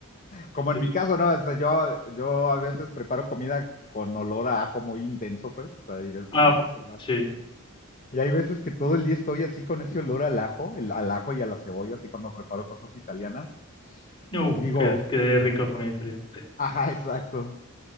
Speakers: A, on the left; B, on the left.
A: Como en
B: Sí.
A: mi caso, ¿no? O sea, yo, yo a veces preparo comida con olor a ajo muy intenso, pues. O sea, hay veces
B: Ah,
A: que me gusta el ajo.
B: sí.
A: Y hay veces que todo el día estoy así con ese olor al ajo, el, al ajo y a la cebolla, así cuando preparo cosas italianas.
B: No,
A: Y digo,
B: qué, qué rico comida italiana.
A: ajá, <laughs> exacto.